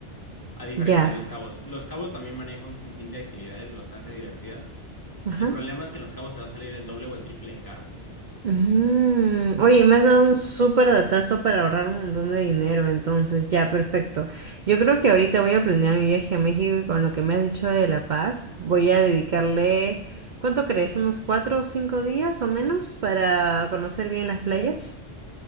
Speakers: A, on the left (about 20°); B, on the right (about 50°).
A: A diferencia
B: ya,
A: de los cabos, los cabos también maneja un sinfín de actividades bastante divertidas.
B: ajá.
A: El problema es que en los cabos te va a salir el doble o el triple de caro.
B: Mm, Oye, me has dado un súper datazo para ahorrar un montón de dinero, entonces ya, perfecto. Yo creo que ahorita voy a planear mi viaje a México y con lo que me has dicho de La Paz, voy a dedicarle, ¿cuánto crees? ¿Unos cuatro o cinco días o menos para conocer bien las playas?